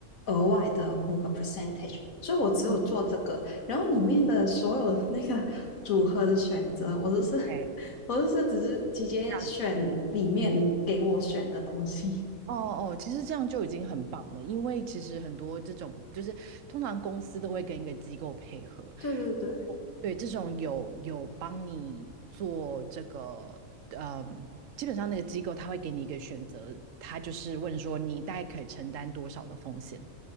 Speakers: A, on the left (about 75°); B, on the right (about 70°).
A: 额外的五个 percentage。所以我只有做这个，
B: 嗯
A: 然后里面的所有那个 <laughs> 组合的选择，我都是
B: 对，
A: 我都是只是直接选里面给我选的东西。
B: 让哦哦，其实这样就已经很棒了，因为其实很多这种就是通常公司都会跟一个机构配合，
A: <laughs> 对对对。
B: 哦对，这种有有帮你做这个，嗯，基本上那个机构他会给你一个选择，他就是问说你大概可以承担多少的风险，